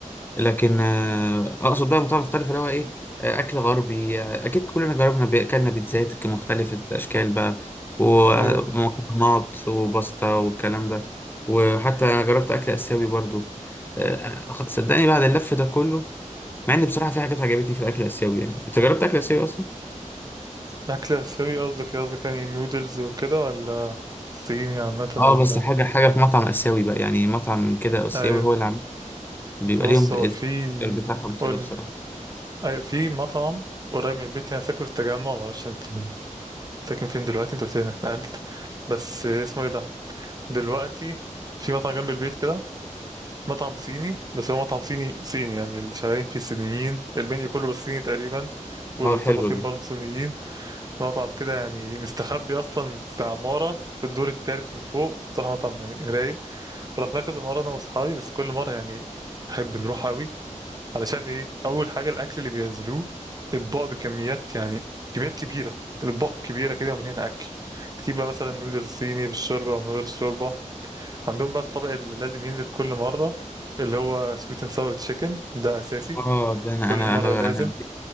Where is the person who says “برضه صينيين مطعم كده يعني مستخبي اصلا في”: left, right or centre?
Right